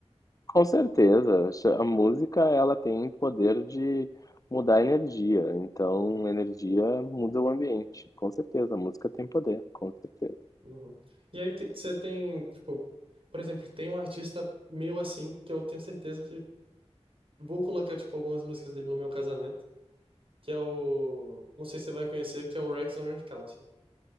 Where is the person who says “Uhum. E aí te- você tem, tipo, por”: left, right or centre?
Right